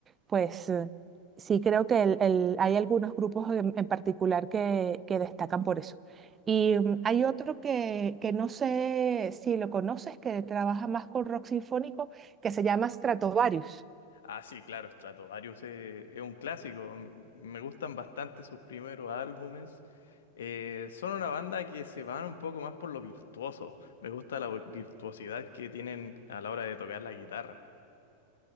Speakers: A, on the right; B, on the left.
A: pues eh, sí creo que el- el- hay algunos grupos en, en particular que, que destacan por eso. Y mm, hay otro que, que no sé si lo conoces, que trabaja más con rock sinfónico, que se llama Stratovarius.
B: Ah, sí, claro, Stratovarius es, es un clásico. M- Me gustan bastante sus primeros álbumes. Eh, son una banda que se van un poco más por lo virtuoso. Me gusta la virtuosidad que tienen a la hora de tocar la guitarra.